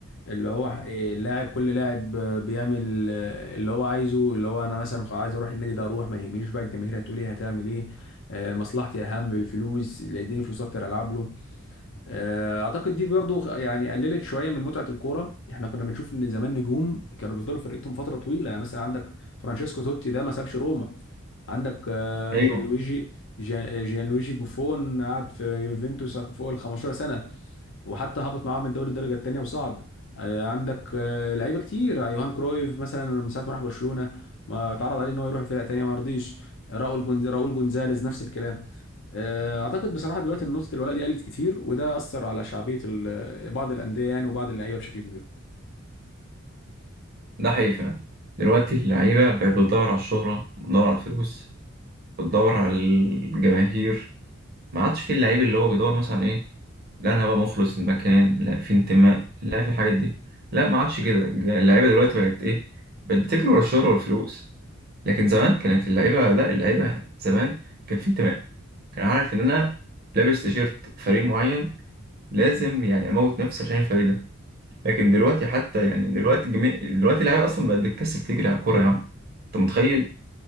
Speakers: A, on the left (about 60°); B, on the right (about 45°).
A: اللي هو إيه، اللاعب كل لاعب آه، بيعمل آه، اللي هو عايزه اللي هو انا مثلا خ- عايز اروح النادي ده اروح ما يهمنيش بقى الجماهير هتقول ايه هتعمل ايه آه، مصلحتي اهم الفلوس اللي يديني فلوس اكتر العب له آه، اعتقد دي برضو خ- يعني قللت شويه من متعه الكوره احنا كنا بنشوف ان زمان نجوم كانوا بيفضلوا في فرقتهم فتره طويله يعني مثلا عندك فرانشيسكو توتي ده ما سابش روما عندك آه،
B: أيوه
A: جيانلويجي جيان- جيانلويجي بوفون قعد في يوفنتوس فوق ال 15 سنه وحتى هبط معاه من دوري الدرجه الثانيه وصعد آه، عندك آه، لعيبه كتير آه، يوهان كرويف مثلا من ساعه ما راح برشلونه ما اتعرض عليه ان هو يروح فرقه ثانيه ما رضيش آه، راؤول جونز راؤول جونزاليز نفس الكلام آه، اعتقد بصراحه دلوقتي إن نقطه الولاء دي قلت كتير وده اثر على شعبيه ال- آه، بعض الانديه يعني وبعض اللعيبه بشكل كبير
B: ده حقيقي فعلا دلوقتي اللعيبة بقت بتدور على الشهرة بتدور على الفلوس بتدور على الجماهير ما عادش في اللعيب اللي هو بيدور مثلا إيه لا انا هبقى مخلص للمكان لا في انتماء لا في الحاجات دي لا ما عادش كده اللعيبه دلوقتي بقت ايه بقت بتجري ورا الشهره والفلوس لكن زمان كانت اللعيبه لا اللعيبه زمان كان في انتماء كان عارف ان انا لابس تيشيرت فريق معين لازم يعني اموت نفسي عشان الفريق ده لكن دلوقتي حتى يعني دلوقتي جميع دلوقتي اللعيبه اصلا بقت بتكسل تجري على الكوره يا عم انت متخيل